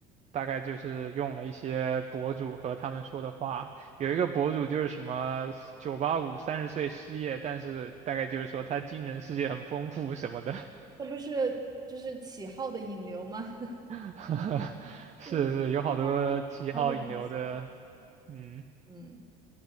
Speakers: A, on the right; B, on the right.
A: 大概就是用了一些博主和他们说的话，有一个博主就是什么九八五三十岁失业，但是大概就是说他精神世界很丰富什么的，
B: 这不是就是起号的引流吗？<laughs>
A: <laughs> 是是有好多七号引流的，
B: 嗯，一般好久不洗。
A: 嗯，
B: 嗯，